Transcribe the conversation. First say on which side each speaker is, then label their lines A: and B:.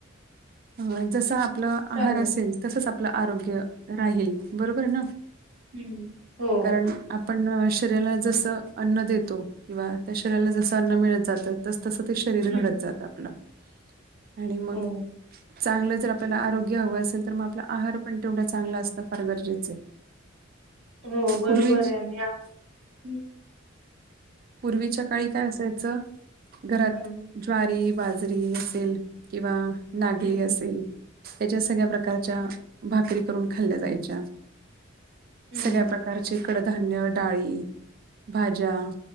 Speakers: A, on the right; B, on the right.
A: ह जस आप - आपला
B: चालेल
A: आहार असेल, तसच आपलं आरोग्य राहील बरोबर ना?
B: हम्म हो.
A: कारण आपण शरीराला जस अन्न देतो किंवा त्या शरीराला जस अन्न मिळत जात तसं - तसं ते शरीर
B: हम्म
A: घडत जात आपलं. आणि मग
B: हो
A: चांगलं जर आपल्याला आरोग्य हवं असेल तर मग आपला आहार पण तेवढा- चांगला असण फार गरजेचं आहे.
B: हो बरोबर
A: पूर्वी
B: आहे. मी -
A: पूर्वीच्या काळी काय असायचं? घरात
B: हम्म
A: ज्वारी- बाजरी असेल किंवा नागली
B: हम्म
A: असेल- त्याच्या सगळ्या प्रकारच्या भाकरी करून खाल्ल्या जायच्या.
B: हम्म
A: सगळ्या प्रकारचे कडधान्य, डाळी, भाज्या-